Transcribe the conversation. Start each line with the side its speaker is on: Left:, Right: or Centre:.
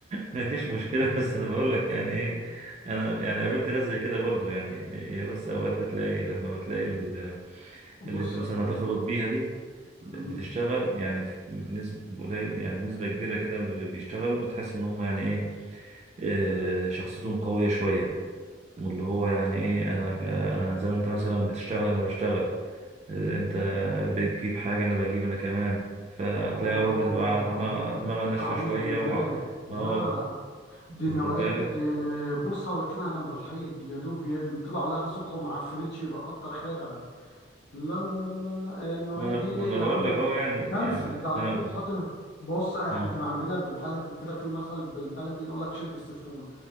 Right: ما فيش مشكلة <laughs> بس أنا بقول لك يعني إيه أنا يعني قابلت ناس زي كده برضو يعني هي بس أوقات بتلاقي لما بتلاقي ال-
Left: بص
Right: اللي أنت مثلا
Left: يا ابو حميد
Right: هترتبط بيها دي بتشتغل
Left: مم.
Right: يعني في- بنسبة قليلة يعني بنسبة كبيرة كده من اللي بيشتغلوا بتحس إن هم يعني إيه آه، شخصيتهم قوية شوية واللي هو يعني إيه أنا أنا زي ما أنت مثلا بتشتغل أنا بشتغل انت
Left: اه
Right: بتجيب حاجة انا بجيب انا كمان فتلاقي
Left: اه
Right: اوقات بتبقى دماغ
Left: اهو
Right: دماغها ناشفة
Left: اعوذ
Right: شوية
Left: بالله
Right: و...
Left: لا
Right: اه
Left: دي
Right: واخد
Left: النوعية
Right: بالك
Left: دي, دي بصها واركنها جنب الحيط يا دوب ي- طلع لها الصبح وما عفنتش يبقى كتر خيرها لا لا لا لا لا آه، النوعية
Right: ما انا
Left: دي ايه
Right: ما انا بقول
Left: يا عم
Right: لك اهو يعني
Left: كنسل
Right: يعني
Left: ده
Right: لا
Left: على طول حط بص آه،
Right: مم.
Left: احنا كان عندنا بالبلدي كده في مثل بالبلدي نقول لك شد السفول